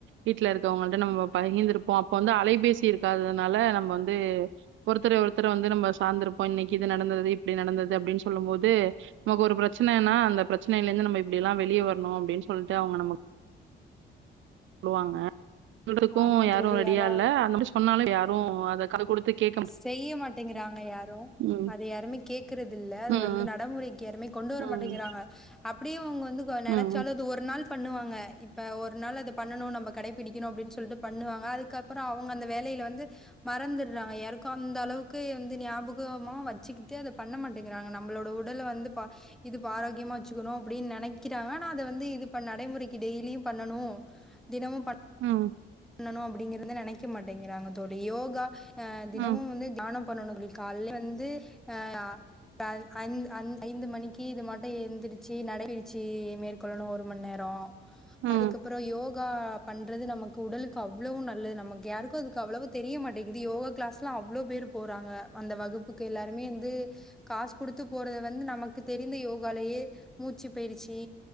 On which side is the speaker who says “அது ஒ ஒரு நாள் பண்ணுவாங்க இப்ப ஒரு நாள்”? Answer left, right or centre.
Centre